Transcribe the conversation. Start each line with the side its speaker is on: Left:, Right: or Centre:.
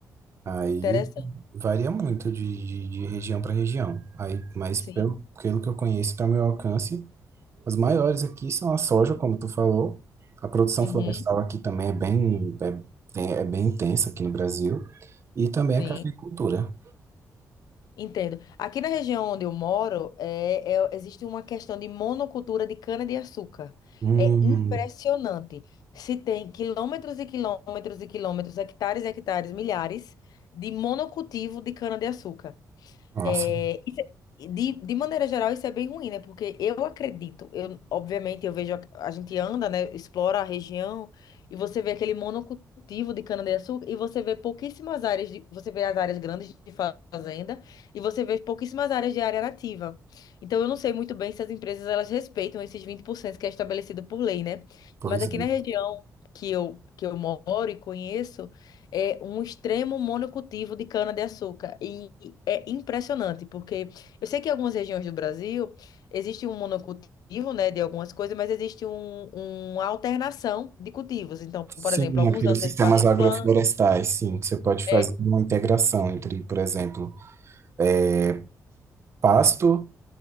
Right: Aí
Left: Interessante,
Right: varia muito de, de, de região para região. Aí, mas
Left: sim.
Right: pelo, pelo que eu conheço, está ao meu alcance, As maiores aqui são a soja, como tu falou. A produção
Left: Uhum,
Right: florestal aqui também é bem, é, tem- é bem intensa aqui no Brasil. E também
Left: sim,
Right: a cafeicultura.
Left: entendo. Aqui na região onde eu moro, é, é- existe uma questão de monocultura de cana-de-açúcar.
Right: Hum,
Left: É impressionante. Se tem quilômetros e quilômetros e quilômetros, hectares e hectares, milhares de monocultivo de cana-de-açúcar.
Right: nossa,
Left: É, isso é- de, de maneira geral, isso é bem ruim, né? Porque eu acredito, eu, obviamente, eu vejo, a, a gente anda, né? Explora a região e você vê aquele monocultivo de cana-de-açúcar e você vê pouquíssimas áreas, de, você vê as áreas grandes de fa- fazenda e você vê pouquíssimas áreas de área nativa. Então, eu não sei muito bem se as empresas, elas respeitam esses 20% que é estabelecido por lei, né?
Right: pois
Left: Mas aqui
Right: é.
Left: na região que eu, que eu moro e conheço, é um extremo monocultivo de cana-de-açúcar. E é impressionante, porque eu sei que em algumas regiões do Brasil existe um monocultivo, né, de algumas coisas, mas existe um, uma alternação de cultivos. Então,
Right: Sim,
Left: por exemplo, alguns
Right: aqueles
Left: anos
Right: sistemas
Left: eles fazem
Right: agroflorestais,
Left: planta.
Right: sim, que você pode
Left: É,
Right: fazer uma integração entre, por exemplo, é, pasto,